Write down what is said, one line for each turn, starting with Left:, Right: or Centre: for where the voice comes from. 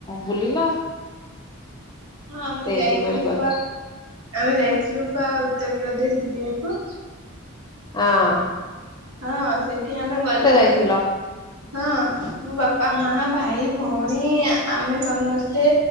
Left: ବୁଲିଲ।
Right: ହଁ ଆମେ
Left: ସେଇଥିପାଇଁ
Right: ଯାଇଥିଲୁ
Left: କରି
Right: ପା ଆମେ ଯାଇଥିଲୁ ପା ଉତ୍ତରପ୍ରଦେଶ ବୁଲିବାକୁ।
Left: ଆଁ
Right: ହଁ ସେଠି ଆମେ ଗଲାବେଳେ
Left: ଯାଇଥିଲ
Right: ହଁ ମୋ ବାପା ମା ଭାଇ ଭଉଣୀ ଆମେ ସମସ୍ତେ